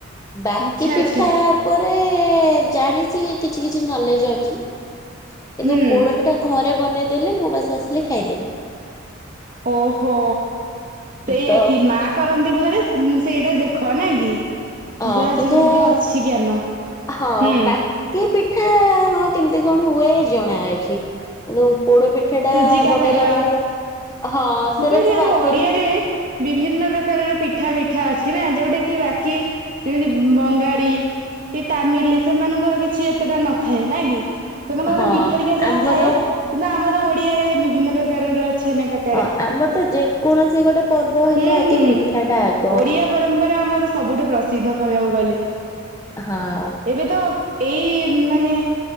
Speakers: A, on the left; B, on the right.
A: ବାକି
B: ଆଚ୍ଛା
A: ପିଠା
B: ଆଚ୍ଛା
A: ଉପରେ ଜାଣିଛି କିଛି କିଛି ନଲେଜ ଅଛି। କିନ୍ତୁ
B: ହୁଁ
A: ପୋଡ଼ପିଠା ଘରେ ବନେଇଦେଲେ ମୁଁ ବାସ ଆସିଲେ ଖାଇଦେବି।
B: ଓହୋ ସେଇଆ
A: ତ
B: କି ମା କରନ୍ତି ଘରେ ସେଇଟା ଦେଖ ନାଇ କି
A: ହଁ
B: ଯାହା
A: କିନ୍ତୁ
B: ଯେମିତି ଅଛି ଜ୍ଞାନ
A: ହଁ
B: ହୁଁ
A: ବାକି ପିଠା ହଁ କେମତି କଣ ହୁଏ ଜଣା ଅଛି। ଓ ପୋଡ ପିଠା ଟା
B: ସୁଜି କାକରା
A: ବନେଇଲା ବେଳେ ହଁ ସେରା
B: ମୁଁ କହିଲି
A: ସବୁ
B: ଆମ
A: ଆସେ
B: ଓଡିଆରେ ବିଭିନ୍ନ ପ୍ରକାରର ପିଠା ମିଠା ଅଛି ନା ଯୋଉଟା କି ବାକି ଯେମିତି ବଙ୍ଗାଳି। କି ତାମିଲ ସେମାନଙ୍କର କିଛି ଏତେଟା ନଥାଏ ନାଇଁକି? ସେମାନଙ୍କର
A: ହଁ
B: ମିଠାରିକା ଯାହା
A: ଆମର
B: ଥାଏ। କିନ୍ତୁ ଆମର ଓଡିଆରେ ବିଭିନ୍ନ ପ୍ରକାର ଛେନକା
A: ହଁ ଆମର ତ ଯେକୌଣସି ଗୋଟେ ପର୍ବ ହେଲେ
B: ହୁଁ
A: ଆଗେ
B: ହୁଁ
A: ପିଠାଟା ଆଗ।
B: ଓଡିଆ ପରମ୍ପରା ଆମର ସବୁଠୁ ପ୍ରସିଦ୍ଧ କହିବାକୁ ଗଲେ।
A: ହଁ।
B: ଏବେ ତ ଏଇ ମାନେ